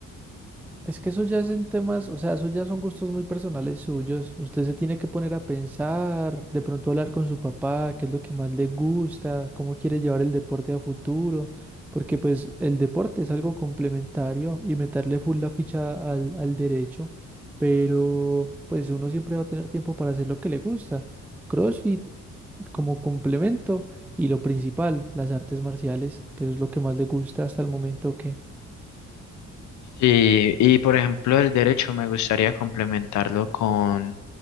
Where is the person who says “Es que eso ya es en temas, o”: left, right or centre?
Centre